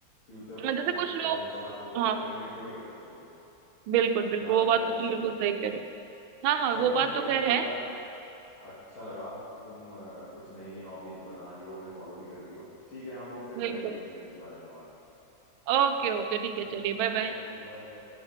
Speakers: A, on the left; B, on the right.
A: फ्यूचर को
B: मतलब जैसे
A: प्रे-
B: कुछ लोग
A: पहले से आप वो
B: हाँ
A: प्रेडिक्ट थोड़ी कर सकते हो
B: बिल्कुल
A: कि
B: बिल्कुल
A: क्या रहेगा
B: वो बात तो तुम
A: इसका
B: बिल्कुल
A: फ्यूचर
B: सही कह रहे हो हाँ हाँ
A: चलो
B: वो
A: ठीक
B: बात
A: है
B: तो
A: मेरे
B: कह रहे
A: को
B: हैं
A: यार अच्छा लगा कि तुम अ, कुछ नई नई हॉबीज बना रही हो उन्हें फॉलो भी कर रही हो ठीक है हम लोग फिर
B: बिल्कुल
A: करेंगे किसी दिन इस बारे में बात
B: ओके ओके ठीक
A: ठीक
B: है
A: है
B: चलिए
A: ना
B: बाय बाय
A: Okay bye bye